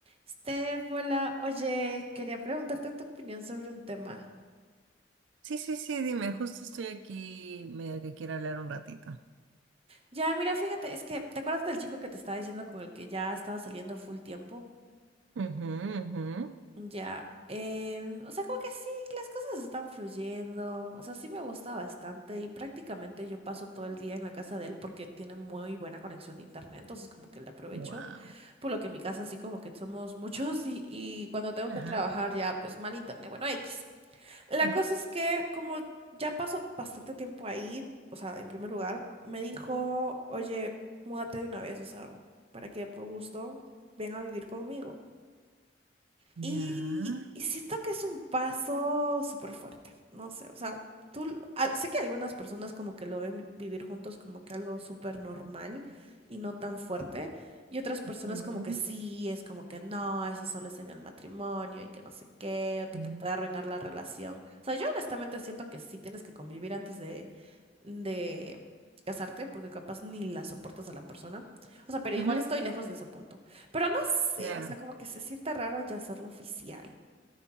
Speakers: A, on the right; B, on the right.
A: Steph, hola. Oye, quería preguntarte tu opinión sobre un tema.
B: Sí, sí, sí, dime, justo estoy aquí medio que quiero hablar un ratito.
A: Ya, mira, fíjate, es que, ¿te acuerdas del chico que te estaba diciendo con el que ya estaba saliendo full tiempo?
B: Ujú, ujú.
A: Ya, em, o sea, como que sí, las cosas están fluyendo, o sea, sí me gusta bastante y prácticamente yo paso todo el día en la casa de él porque tiene muy buena conexión de internet, entonces como que le aprovecho,
B: Wow.
A: por lo que en mi casa así como que somos <laughs> muchos y, y cuando tengo que
B: Ajá.
A: trabajar ya, pues mal internet, bueno, X. La
B: ujú.
A: cosa es que como ya pasó bastante tiempo ahí, o sea, en primer lugar, me dijo, oye, múdate de una vez, o sea, ¿para qué? Por gusto, ven a vivir conmigo.
B: Ya.
A: Y, y siento que es un paso súper fuerte, no sé, o sea, tú, l- ah, sé que algunas personas como que lo ven vi- vivir juntos como que algo súper normal y no tan fuerte, y otras personas
B: ujú,
A: como que sí, es como que no, eso solo es en el matrimonio y que no sé qué, o que
B: ujú.
A: te puede arruinar la relación. O sea, yo honestamente siento que sí tienes que convivir antes de, de casarte, porque capaz ni la soportas a la persona. O sea, pero igual
B: Ujú,
A: estoy lejos de ese punto. Pero no sé,
B: Claro,
A: o sea, como que se siente raro ya hacerlo oficial.